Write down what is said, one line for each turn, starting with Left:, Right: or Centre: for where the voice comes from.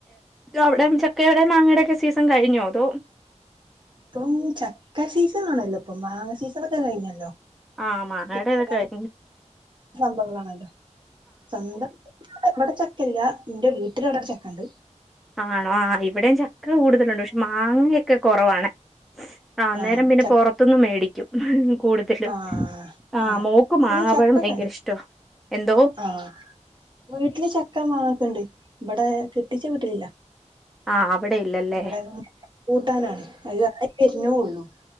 Centre: അവിടെ ചക്കടെ മാങ്ങയുടെക്കെ സീസൺ കഴിഞ്ഞോ അതോ
Right: ഇപ്പം ചക്ക സീസൺ ആണല്ലോ ഇപ്പം മാങ്ങ സീസൺൊക്കെ കഴിഞ്ഞല്ലോ
Centre: ആഹ മങ്ങടെ
Right: പിന്നെ
Centre: തൊക്കെ ആയി
Right: സംഭവങ്ങളാണല്ലോ സ്വന്തം എവിടെ ചക്കല്ല നിന്റെ വീട്ടില് എവിടെടെ ചക്ക ഉണ്ട്
Centre: ആണോ ആ ഇവിടെയും ചക്ക കൂടുതലുണ്ട് പക്ഷെ മാങ്ങയൊക്കെ കുറവാണ് ആന്നേരം
Right: ആഹ്
Centre: പിന്നെ
Right: ച
Centre: പുൊറത്തുന്ന്ും മേടിക്കും കൂടുതൽ
Right: ആഹ്
Centre: ആഹ
Right: ആഹ്
Centre: മോക്ക്
Right: വീട്ടില്
Centre: മാങ്ങപ്പോഴും
Right: ചക്കക്കെണ്ട്
Centre: ഭയങ്കര ഇഷ്ടോ എന്തോ
Right: ആഹ് വീട്ടില് ചക്ക മാക്കണ്ടണ്ട് ഇവിടെ കിട്ടിച്ച വീട്ടിലില്ല
Centre: ആഹ് അവിടെ ഇല്ലല്ലേ
Right: ഇവിടെ കൂട്ടാനാണ് അത് എരഞ്ഞള്ളു